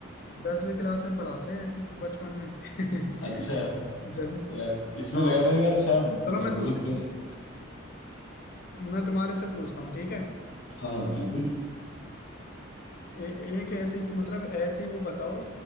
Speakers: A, on the left (about 45°); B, on the left (about 70°).
A: दसवीं क्लास में पढ़ा था ये तो बचपन में <laughs>
B: अच्छा
A: जन्म
B: यार इसमें
A: हाँ
B: लगा था यार शायद मतलब
A: चलो मैं तुम्हारे
B: गलत कर
A: से मैं तुम्हारे से पूछता हूँ ठीक है
B: हाँ हाँ, बिल्कुल
A: ए, एक ऐसी मतलब ऐसी वो बताओ